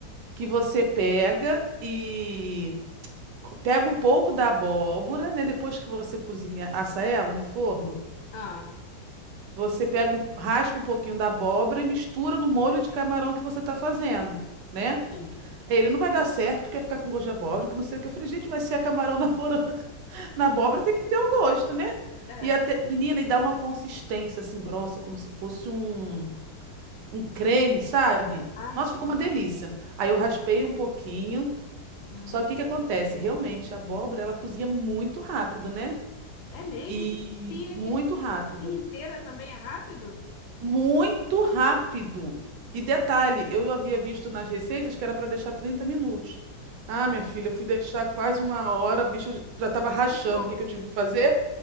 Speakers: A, on the right; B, on the left.
A: que você pega e co- pega um pouco da abóbora, né, depois que você cozinha, assa ela no forno,
B: Ah,
A: você pega um, raspa um pouquinho da abóbora e mistura no molho de camarão que você está fazendo. né?
B: sim.
A: É, Ele não vai dar certo porque ficar com gosto de abóbora, que não sei o que. Eu falei, gente, mas se é camarão na moranga, <laughs> na abóbora, tem que ter o gosto, né?
B: É, é.
A: E até, menina, e dá uma consistência assim grossa, como se fosse um, um creme, sabe?
B: Ai,
A: Nossa,
B: que delícia.
A: ficou uma delícia. Aí eu raspei um pouquinho.
B: Uhum.
A: Só que o que que acontece? Realmente, a abóbora, ela cozinha muito rápido, né?
B: É mesmo?
A: E
B: Pia
A: muito
B: que
A: rápido.
B: a pia inteira também é rápido?
A: Muito rápido. E detalhe, eu havia visto nas receitas que era para deixar 30 minutos. Ah, minha filha, fui deixar quase uma hora, a bicha já estava rachando.
B: Uhum.
A: O que que eu tive que fazer?